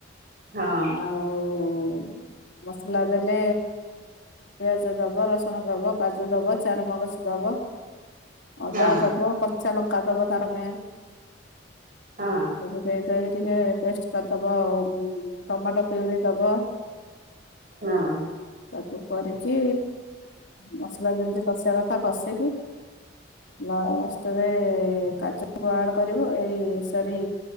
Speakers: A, on the right; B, on the left.
A: ହଁ
B: ଆଉ ମସଲା ଦେଲେ ପିଆଜ ଦବ ରସୁଣ ଦବ କାଜୁ ଦବ ଚାରମଗ। ଦେବ ଅଦା
A: ହଁ
B: ଦେବ କରଚା ଲଙ୍କା ଦେବ ତାରମେ।
A: ହଁ
B: ସବ ଦେଇଦ ଟିକେ ପେଷ୍ଟ କରିଦବ ଆଉ ଟମାଟୋ ପିଉରି ଦବ। <inaudible>
A: ହଁ।
B: ତାକୁ କରିକି ମସଲା ଯେମିତି କଷିବା କଥା କଷିକି। ଲଷ୍ଟରେ କାଜ କୁଆଡ କରିବ ଏଇ ସରି।